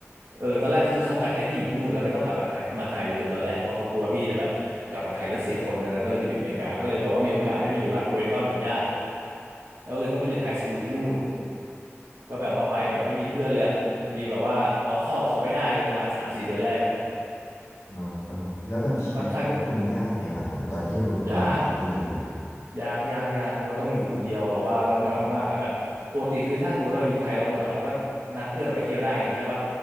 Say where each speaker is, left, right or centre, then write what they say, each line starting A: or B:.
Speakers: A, on the right (about 80°); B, on the left (about 85°).
A: เออตอนแรกคือเขากะให้พี่อยู่ที่นู่นแล้วไม่ต้องกลับมาไทยมาไทยเลยตอนแรกเพราะเขากลัวพี่จะแบบกลับมาไทยแล้วเสียคนนะก็เลยไปอยู่อเมริกาก็เลยแบบว่ามีโอกาสได้ไปอยู่รัฐโอเรกอนกับญาติแล้วก็เลยต้องไปเรียนไฮสคูลที่นู่นก็แบบว่าไปแบบไม่มีเพื่อนเลยอะมีแบบว่าเราเข้าเขาไม่ได้เลยประมาณสามสี่เดือนแรกอ่ะ
B: อ่าครับผมแล้วแบบชีวิตนี่มันยากไหมครับผมตอนที่เราเราไปเรียนใหม่ครับ
A: อืมค่อนข้างยาก ยากยากยากเพราะมันต้องอยู่คนเดียวแบบว่าเราเหงามากอะแบบปกติคือถ้าสมมติเราอยู่ไทยเราเหงาเราก็นัดเพื่อนออกไปเที่ยวได้อย่างงี้ใช่ปะ